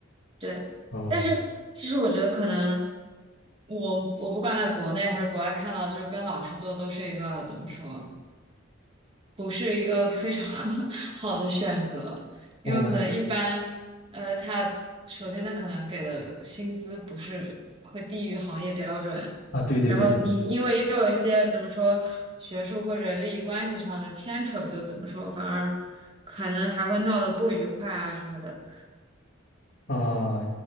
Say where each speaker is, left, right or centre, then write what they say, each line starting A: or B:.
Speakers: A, on the right; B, on the left.
A: 对。
B: 嗯
A: 但是其实我觉得可能我我不管在国内还是国外看到，就是跟老师做都是一个怎么说？不是一个非常 <laughs> 好的选择，
B: 嗯
A: 因为可能一般，呃，他首先他可能给的薪资不是会低于行业标准，
B: 啊，对对对对。
A: 然后你因为又有一些怎么说学术或者利益关系上的牵扯，就怎么说反而可能还会闹得不愉快啊什么的。
B: 啊，